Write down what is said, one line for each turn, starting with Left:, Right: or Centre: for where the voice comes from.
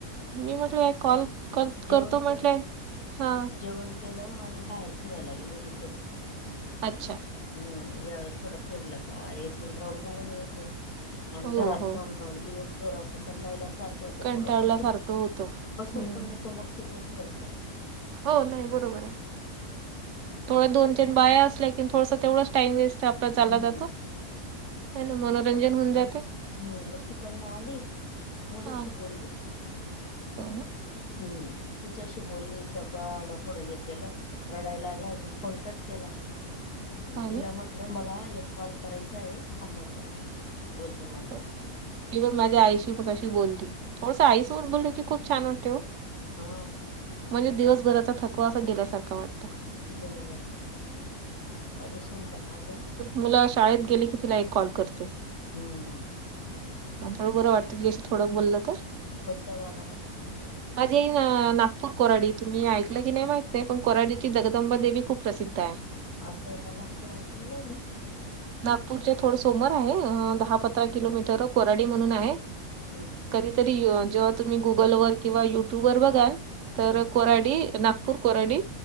Right: मी म्हटलंय कॉल कत
Left: जेवण
Right: करतो म्हटलेय
Left: केलं
Right: हा.
Left: जेवण केलं आणि बाहेर फिरायला गेली हो ते थोडी
Right: अच्छा
Left: हमम यावेेळेस थोडा फिरला का एक दोन राऊंड मारून येते आणि
Right: हो
Left: घरात
Right: हो
Left: राहून दिवसभर असं कंटाळयला सारखं होतं
Right: कंटाळल्यासारखं
Left: थोडं बसून
Right: होतं
Left: बसून
Right: हम्म
Left: पण येतो मग. तिकडं थोडंस
Right: हो नाय बरोबर आहे थोड्या
Left: अस
Right: दोन तिन बाया असल्या कि थोडस तेवढंच टाईम वेस्ट आपला चालला
Left: हम्म
Right: जातो. ह ना मनोरंजन होऊन जाते
Left: मग हम्म मग तिकडनं आली मुलीशी
Right: हा
Left: बोलेली
Right: <unintelligible>
Left: हम्म तिच्याशी बोली तर बाळाला थोडं हे केलं रडायला लागला मग फोन कट केला
Right: हा ना
Left: तिला म्हट म्हटलं मला एक कॉल करायचा आहे थांब म्हंटल मग बोलते नंतर
Right: हो. मी पण माझ्या आईशी मघाशी बोलली थोडसं आईसोबत बोलल की खूप छान वाटतय ओ.
Left: हा..
Right: म्हणजे दिवसभराचा थकवा असा गेल्यासारखं वाट
Left: बरोबर ये माझी सून पण आजच.
Right: मुल शाळेत गेली की तिला एक कॉल करते.
Left: हमम.
Right: म थोडं बरं वाटतं तिच्याशी थोडं बोललं तर
Left: कोणत गाण आहे.
Right: माझी आई अ नागपूर कोराडीची तुम्ही ऐकलं की नाही माहितय पण कोराडीची जगदंबा देवी खूप प्रसिद्ध आहे.
Left: असं एका नागपूरा ऐकलेलंय मी.
Right: नागपूरचे थोड समोर आहे अ दहा पंधरा किलोमीटर कोराडी म्हणून आहे.
Left: ह ह <inaudible>
Right: तरी अ जेव्हा तुम् गुगल व किंवा युटुबवर बघाल तेव्हा
Left: हम्म
Right: कोराडी नाग पूर कोराडी